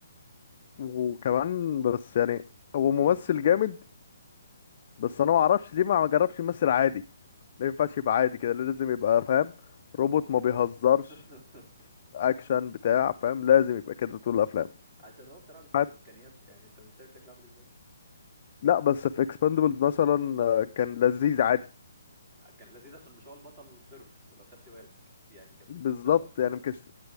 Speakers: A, on the left; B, on the right.
A: وكمان بس يعني هو ممثل جامد بس انا ما اعرفش ليه ما جربش يمثل عادي ما ينفعش يبقى عادي كده لازم يبقى فاهم
B: الدراما
A: روبوت
B: وكده
A: ما بيهزرش
B: <laughs>
A: اكشن بتاع فاهم لازم يبقى كده طول الافلام
B: عشان هو بصراحه بيستخدم
A: حت-
B: امكانياته يعني انت مش شايف شكله عامل ازاي
A: لا بس في اكسباندبلز مثلا آه، كان لذيذ عادي
B: يعني كان لذيذ عشان مش هو البطل صرف لو خدت بالك يعني كان سيلفستر
A: بالظبط
B: هو البطل
A: يعني ما كانش